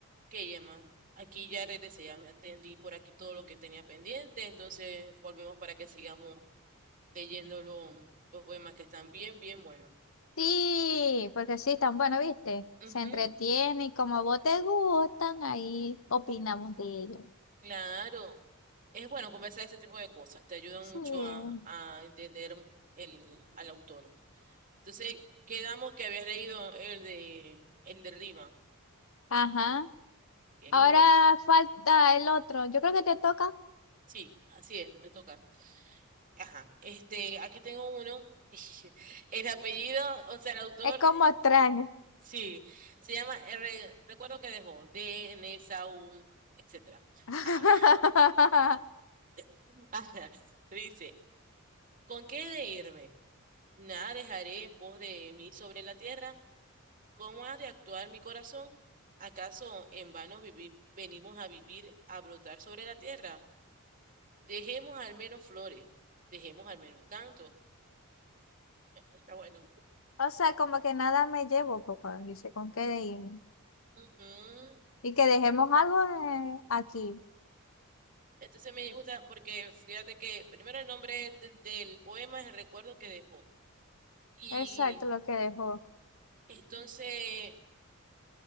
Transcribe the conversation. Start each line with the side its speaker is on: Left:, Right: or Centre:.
Right: Ok, Emma, aquí ya regresé, ya me atendí por aquí todo lo que tenía pendiente, entonces volvemos para que sigamos leyendo lo- los poemas que están bien, bien buenos.
Left: Sí, porque sí, están bueno, ¿viste?
Right: Ujú,
Left: Se entretiene y como a vos te gustan, ahí opinamos de ellos.
Right: claro, es bueno conversar ese tipo de cosas, te ayudan
Left: Sí.
Right: mucho a, a entender el, al autor. Entonces, quedamos que habías leído el de, el de Rima,
Left: Ajá.
Right: que ahí
Left: Ahora
Right: es donde,
Left: falta el otro. Yo creo que te toca.
Right: sí, así es, me toca. Ajá, este, aquí tengo uno, <laughs> el apellido, o sea, el autor.
Left: Es como extraño.
Right: Sí, se llama R, recuerdo que dejó DNSA, un, etcétera.
Left: <laughs>
Right: Ajá, <laughs> ajá. Dice, ¿con qué he de irme? Nada dejaré en pos de mí sobre la tierra. ¿Cómo ha de actuar mi corazón? ¿Acaso en vano vivi- venimos a vivir, a brotar sobre la tierra? Dejemos al menos flores, dejemos al menos canto. Está bueno.
Left: O sea, como que nada me llevo, poco, dice, ¿con qué de irme?
Right: Ujú.
Left: Y que dejemos algo eh, aquí.
Right: Entonces me gusta porque fíjate que primero el nombre del del poema es el recuerdo que dejó. Y
Left: Exacto, lo que dejó.
Right: Entonces,